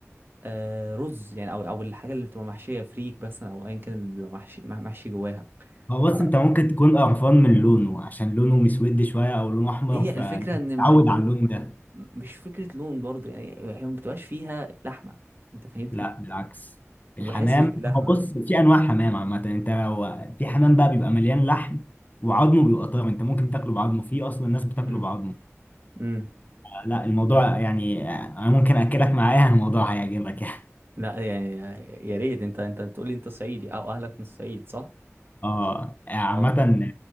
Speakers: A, on the right; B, on the left.
A: آه رز يعني او او الحاجه اللي بتبقى محشيه فريك مثلا او ايا كان اللي بيبقى محشي مح- محشي جواها
B: هو
A: فهي
B: بص انت ممكن تكون قرفان من لونه عشان لونه مسود شويه او لونه احمر
A: الفكره
B: فتعود
A: ان م-
B: على اللون ده
A: مش فكره لون برضه يعني هي ما بتبقاش فيها لحمه انت فاهمني
B: لا بالعكس
A: ما
B: الحمام
A: بحسش باللحمه
B: هو بص في انواع حمام عامه انت لو في حمام بقى بيبقى مليان لحم وعظمه بيبقى طاير انت ممكن تاكله بعظمه في اصلا الناس بتاكله
A: امم
B: بعظمه
A: امم
B: لا الموضوع يعني انا ممكن اكلك معايا الموضوع هيعجبك يعني <laughs>
A: لا يعني يا ريت انت انت بتقول لي انت صعيدي او اهلك من الصعيد صح
B: اه عامه
A: اه